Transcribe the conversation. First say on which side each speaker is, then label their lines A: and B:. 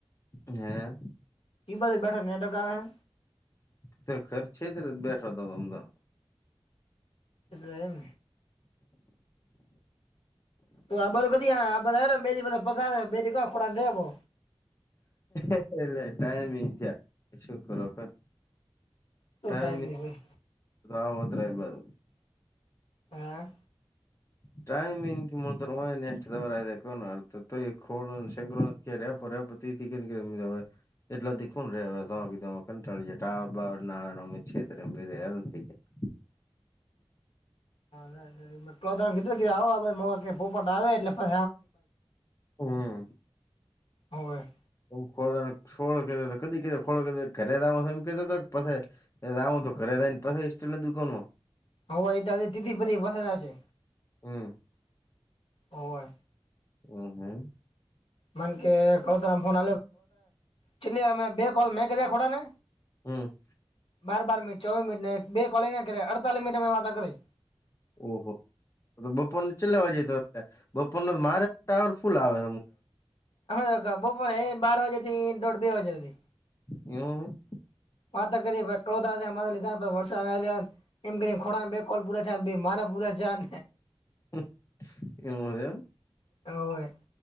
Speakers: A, on the left; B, on the left.
A: હ્યાં
B: એબાજુ બેઠા નેટવર્ક આવે હે
A: તો ઘર છેતરે બેઠો તો હમ્મ હા
B: એટલે એમ તો આ બાજુ કદી આવ આ પધારી બે દિ બડા <unintelligible> રેવો
A: એટલે ટાઈમ ઈ થયા શું કરો હા
B: શું
A: ટાઈમ
B: ની કોઈ
A: આવ ઓતરા ઈ બાજુ
B: હ્યાં
A: ટાઈમ ત મુળતાર માઈનેસ્ટ દવારા એ કોન અર્થ તો કોડ શંકર <inaudible> કે્ રેપ રેપો થી પપતિ થી કેમીય <inaudible> એટલા દીખું રે હવેાળી જાય ટાવર બાવર આવેમેધ થઈ જાય <inaudible>
B: તો કીધું આવ બ પોપટ આવે એટલે પહિ
A: હમ
B: હોવે.
A: હુ ખોલ ખોડ કેતો કદી કતો ખોળો ઘરેમાં, એમ કેતો પછી એ ગાઉ ત ઘરે રેય પહિ <unintelligible> દુકાનમાં
B: આવું ઓય તો કેટલી બધી વહદ શે
A: હમ,
B: હોવે
A: હમ, હમ.
B: મન કે ક ફોન ચલી અમે બે કોલ મેં કર્યા ખોડાને
A: હમ
B: બાર-બાર મિનટ, ચૌવી મિનટ, બે કોલી ના કર. અડતાલીસ મિનટ વાતા કરી.
A: ઓહો. તો બપોર ન ચલાવા જઈએ, તો બપોર ન મારે ટાવર ફૂલ આવે.
B: અમે બપોરે બાર વાગે થી દોઢ બે વાગ્યા સુધી.
A: એવું.
B: વાત કરીએ, કો લધ વર્ષ એમ કરી ખો બે કોલ પૂરા. ભ મારા બુરા જાન.
A: હમ એવુ એમ.
B: હોવે.